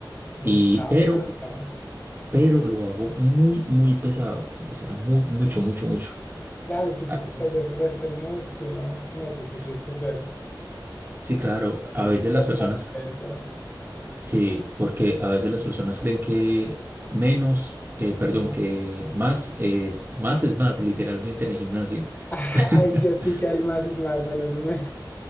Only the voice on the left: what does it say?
¿no?
Ah,
rato.
Ah,
Claro, es que tú
te estallas resto el músculo. No, yo sí
soy súper
malo
para
alzar
pesas.
No.
<laughs>
Ahí sí aplica el más es más, menos es menos.